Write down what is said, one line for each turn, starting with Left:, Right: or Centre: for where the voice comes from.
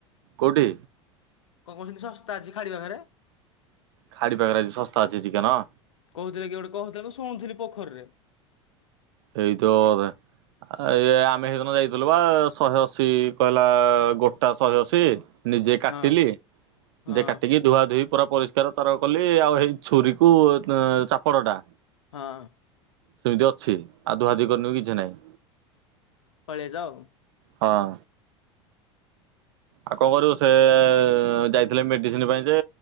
Right: କୋଉଠି।
Left: କଣ କହୁଛନ୍ତି ଶସ୍ତା ଅଛି ଖାଡି ପାଖରେ।
Right: ଖାଡି ପାଖରେ ଆଜି ଶସ୍ତା ଅଛି ଚିକେନ।
Left: କହୁଥିଲେ କିଏ ଗୋଟେ କହୁଥିଲେ ମୁଁ ଶୁଣୁଥିଲି ପୋଖରୀରେ।
Right: ହେଇ ଥିବା ବୋଧେ। ଇଏ ଆମେ ସେଇଦିନ ଯାଇଥିଲୁ ବା ଶହେ ଅଶୀ କହିଲା ଗୋଟା ଶହେଅଶୀ। ନିଜେ କାଟିଲି
Left: ହଁ
Right: ନିଜେ
Left: ହଁ
Right: କାଟିକି ଧୁଆ ଧୋଇ ପୁରା ପରିଷ୍କାର ତାର କଲି ଆଉ ଏଇ ଛୁରୀକୁ ଚାପଡ଼ ଟା
Left: ହଁ।
Right: ସେମିତି ଅଛି ଆଉ ଧୁଆ ଧୁଇ କରିନି କିଛି ନାହିଁ।
Left: ପଳେଆଇଚ।
Right: ହଁ। ଆଉ କଣ କରିବୁ ସେ ଯାଇଥିଲେ ମେଡିସିନ ପାଇଁ ଯେ